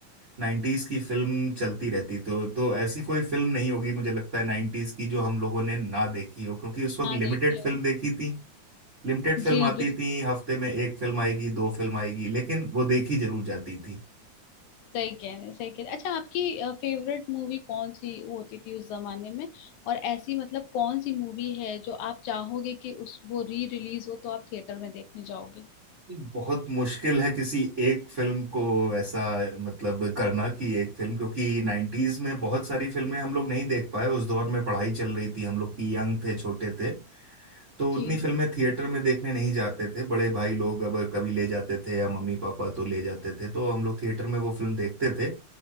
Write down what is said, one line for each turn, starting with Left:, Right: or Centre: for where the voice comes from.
Right: नाइन्टीज की फिल्म चलती रहती तो तो ऐसी कोई फिल्म नहीं होगी मुझे लगता है नाइन्टीज की जो हम लोगों ने ना देखी हो क्योंकि उस वक्त
Left: हाँ
Right: लिमिटेड
Left: देखिए
Right: फिल्म
Left: हो
Right: देखी थी लिमिटेड फिल्म
Left: जी
Right: आती
Left: बिल्कुल
Right: थी हफ्ते में एक फिल्म आएगी दो फिल्म आएगी लेकिन वो देखी जरूर जाती थी
Left: सही कह रहे हैं सही कह रहे हैं अच्छा आपकी फेवरेट मूवी कौन सी होती थी उस जमाने में और ऐसी मतलब कौन सी मूवी है जो आप चाहोगे कि उस वो री रिलीज हो तो आप थिएटर में देखने जाओगे
Right: ये बहुत मुश्किल है किसी एक फिल्म को ऐसा मतलब करना कि एक फिल्म क्योंकि नाइन्टीज में बहुत सारी फिल्में हम लोग नहीं देख पाए उस दौर में पढ़ाई चल रही थी हम लोग की यंग थे छोटे थे तो
Left: जी
Right: उतनी फिल्में थिएटर में देखने नहीं जाते थे बड़े भाई लोग अब कभी ले जाते थे या मम्मी पापा तो ले जाते थे तो हम लोग थिएटर में वो फिल्म देखते थे